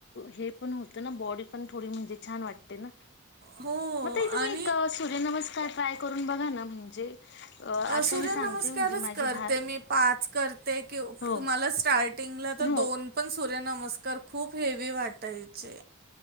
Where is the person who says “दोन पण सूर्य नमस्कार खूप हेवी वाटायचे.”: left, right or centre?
Right